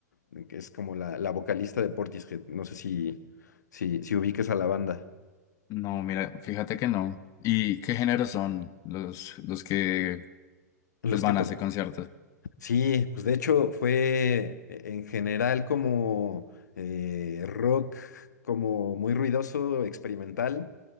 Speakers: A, on the left; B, on the left.
A: eh, que es como la, la vocalista de Portishead. No sé si, si, si ubiques a la banda.
B: No, mira, fíjate que no. ¿Y qué géneros son los, los que
A: Los
B: pues van
A: que, to-
B: a ese concierto?
A: Sí, pues de hecho fue eh, en general como eh, rock, como muy ruidoso, experimental.